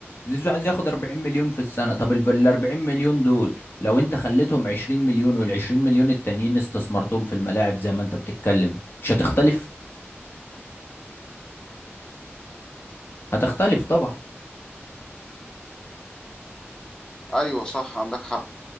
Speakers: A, on the left; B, on the left.
A: زيزو عايز ياخد 40 مليون في السنة طب ال 40 مليون دول لو انت خليتهم 20 مليون وال 20 مليون التانيين استثمرتهم في الملاعب زي ما انت بتتكلم مش هتختلف هتختلف طبعا
B: ايوه صح عندك حق